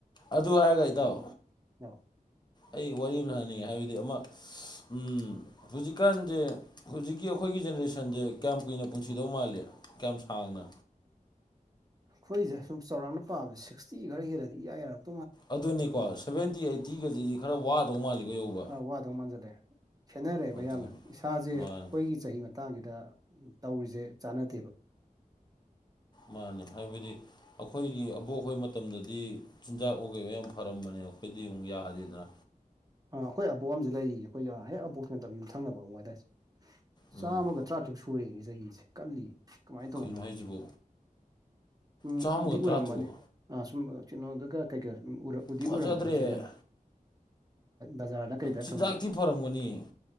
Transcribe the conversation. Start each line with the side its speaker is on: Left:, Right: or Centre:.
Left: ꯑꯗꯨ ꯍꯥꯏꯔꯒ ꯏꯇꯥꯎ
Right: ꯑꯧ
Left: ꯑꯩ ꯋꯥꯔꯤ ꯑꯃ ꯁꯥ ꯁꯥꯅꯤꯡꯉꯦ ꯍꯥꯏꯕꯗꯤ ꯑꯃ ꯎꯝ ꯍꯧꯖꯤꯛꯀꯥꯟꯁꯦ ꯍꯧꯖꯤꯛꯀꯤ ꯑꯩꯈꯣꯏꯒꯤ ꯖꯦꯅꯦꯔꯦꯁꯟꯁꯦ ꯀꯌꯥꯝ ꯀꯨꯏꯅ ꯄꯨꯟꯁꯤꯗꯧ ꯃꯥꯜꯂꯤ ꯀꯌꯥꯝ ꯁꯥꯡꯅ
Right: ꯑꯩꯈꯣꯏꯁꯦ ꯁꯨꯝ ꯆꯥꯎꯔꯥꯛꯅ ꯄꯥꯝꯕꯁꯦ ꯁꯤꯛꯁꯇꯤ ꯈꯔ ꯍꯦꯜꯂꯗꯤ ꯏꯌꯥ ꯌꯥꯔꯛꯄ
Left: ꯑꯗꯨꯅꯤꯀꯣ ꯁꯚꯦꯟꯇꯤ ꯑꯩꯠꯇꯤꯒꯁꯤꯗꯤ ꯈꯔ ꯋꯥꯗꯧ ꯃꯥꯜꯂꯤꯀꯣ ꯌꯧꯕ
Right: ꯑꯋꯥꯗꯧ ꯃꯥꯟꯖꯜꯂꯛꯑꯦ ꯈꯦꯠꯅꯔꯦꯕ
Left: ꯑꯗꯨꯅꯤ
Right: ꯌꯥꯝꯅ ꯏꯁꯥꯁꯦ
Left: ꯃꯥꯅꯤ
Right: ꯑꯩꯈꯣꯏꯒꯤ ꯆꯍꯤ ꯑꯃꯅꯦ ꯃꯇꯥꯡꯁꯤꯗ ꯇꯧꯔꯤꯁꯦ ꯆꯥꯟꯅꯗꯦꯕ
Left: ꯃꯥꯅꯤ ꯍꯥꯏꯕꯗꯤ ꯑꯩꯈꯣꯏꯒꯤ ꯑꯕꯣꯛꯈꯣꯏ ꯃꯇꯝꯗꯗꯤ ꯆꯤꯟꯖꯥꯛ ꯑꯣꯏꯒꯩ ꯌꯥꯝ ꯐꯔꯝꯕꯅꯦ ꯑꯩꯈꯣꯏꯗꯤ ꯑꯃꯨꯛ ꯌꯥꯗꯦꯗꯅ
Right: ꯑꯥ ꯑꯩꯈꯣꯏ ꯑꯕꯣꯛ ꯑ ꯑꯃꯁꯨ ꯂꯩꯔꯤꯌꯦ ꯑꯩꯈꯣꯏꯒ ꯍꯦꯛ ꯑꯕꯣꯛꯀꯤ ꯅꯠꯇꯕ ꯌꯨꯝꯊꯪꯅꯕ ꯑꯕ ꯍꯥꯏꯗꯥꯏ
Left: ꯎꯝ
Right: ꯆꯥꯝꯃꯒ ꯇꯔꯥꯇꯔꯨꯛ ꯁꯨꯔꯛꯦꯅꯦ ꯆꯍꯤꯁꯦ ꯀꯜꯂꯤ ꯀꯃꯥꯏꯅ ꯇꯧꯕꯅꯣ
Left: ꯀꯩꯅꯣ ꯍꯥꯏꯁꯤꯕꯨ
Right: ꯈꯪꯗꯤ ꯎꯝ
Left: ꯆꯥꯝꯃꯒ
Right: ꯕꯨꯗꯤ
Left: ꯇꯔꯥꯇꯔꯨꯛ
Right: ꯑꯣꯏꯔꯝꯃꯅꯤ ꯑꯥ ꯁꯨꯝ ꯀꯅꯣꯗꯨꯒ ꯀꯩꯀꯩ ꯎꯗꯤ
Left: ꯐꯖꯗ꯭ꯔꯦ
Right: ꯎꯔꯝꯃꯅꯤ ꯁꯣꯏꯗꯅ ꯕꯖꯥꯔꯗ ꯀꯩꯗ
Left: ꯆꯤꯟꯖꯥꯛꯇꯤ
Right: ꯈꯝ
Left: ꯐꯔꯝꯒꯅꯤ